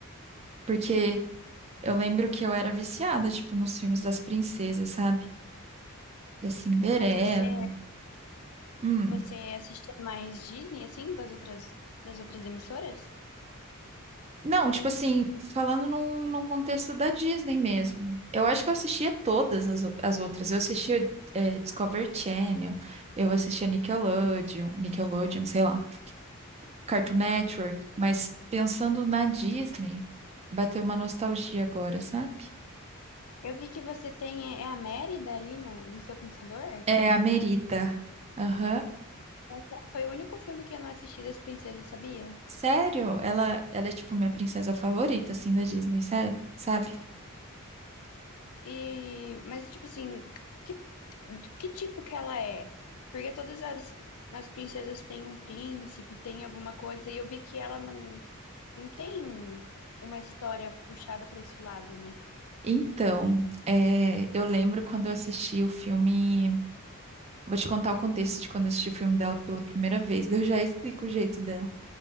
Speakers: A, on the right; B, on the left.
A: Porque eu lembro que eu era viciada, tipo, nos filmes das princesas, sabe? Da Cinderela.
B: Mas você,
A: Hum.
B: você assistia mais Disney, assim, das outras, das outras emissoras?
A: Não, tipo assim, falando num, num contexto da Disney mesmo. Eu acho que eu assistia todas as, o- as outras. Eu assistia eh, Discovery Channel, eu assistia Nickelodeon, Nickelodeon, sei lá, Cartoon Network, mas pensando na Disney, bateu uma nostalgia agora, sabe?
B: Eu vi que você tem é é a Mérida ali no, no seu computador.
A: É a Merida. Aham.
B: Essa- Foi o único filme que eu não assisti das princesas, sabia?
A: Sério, ela, ela é tipo minha princesa favorita, assim, da Disney, sabe? Sabe?
B: E, mas, tipo assim, que, que tipo que ela é? Porque todas as, as princesas têm um príncipe, têm alguma coisa, e eu vi que ela não, não tem uma história puxada pra esse lado, né?
A: Então, eh, eu lembro quando eu assisti o filme. Vou te contar o contexto de quando eu assisti o filme dela pela primeira vez. <laughs> Eu já explico o jeito dela.